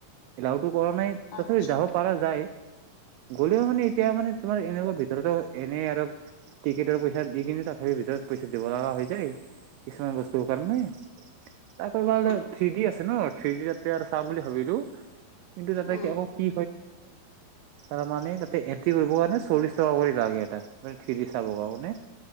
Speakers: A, on the right; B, on the left.
A: এলাওটো কৰা নাই, তথাপি
B: আচ্ছা
A: যাব পৰা যায়। গ'লেও মানে, এতিয়া মানে তোমাৰ এনেকুৱা ভিতৰতো এনে আৰু টিকটৰ পইচা দি কিনে তথাপি ভিতৰত পইচা দিব লগা। দেই, কিছুমান বস্তু কাৰনে তাৰপৰা-
B: উম
A: থ্ৰী ডি আছে ন, থ্ৰী ডি তাতে আৰু চাম বুলি ভাবিলোঁ কিন্তু তাতে
B: উম
A: আকৌ কি? তাৰমানে তাতে এন্ত্ৰি কৰিব কাৰণে তোমাৰ চল্লিছ টকা কৰি লাগে এটা মানে থ্ৰী ডি চাব কাৰণে মানে